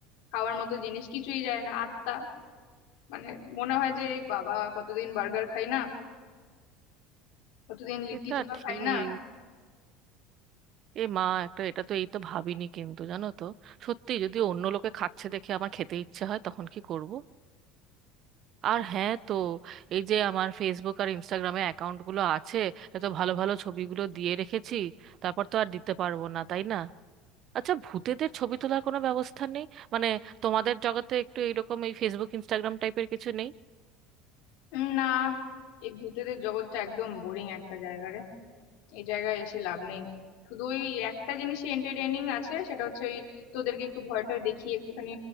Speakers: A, on the left (about 70°); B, on the right (about 50°).
A: খাওয়ার মতো জিনিস কিছুই যায় না আত্মা মানে মনে হয় যে বাবা কতদিন বার্গার খাই না কতদিন লিট্টি
B: এটা
A: চোখা
B: ঠিক
A: খাই না
B: এ মা একটা এটা তো এই তো ভাবিনি কিন্তু জানো তো সত্যি যদি অন্য লোকে খাচ্ছে দেখে আমার খেতে ইচ্ছে হয় তখন কি করব আর হ্যাঁ তো এই যে আমার ফেসবুক আর ইনস্টাগ্রামে অ্যাকাউন্টগুলো আছে এত ভালো ভালো ছবিগুলো দিয়ে রেখেছি তারপর তো আর দিতে পারবো না তাই না আচ্ছা ভূতেদের ছবি তোলার কোনো ব্যবস্থা নেই মানে তোমাদের জগতে একটু এরকম এই ফেসবুক ইনস্টাগ্রাম টাইপের কিছু নেই
A: উম, না এই ভূতেদের জগৎটা একদম বোরিং একটা জায়গা রে এই জায়গায় এসে লাভ নেই শুধু ওই একটা জিনিসে এন্টারটেইনিং আছে সেটা হচ্ছে ওই তোদেরকে একটু ভয়টা দেখিয়ে একটুখানি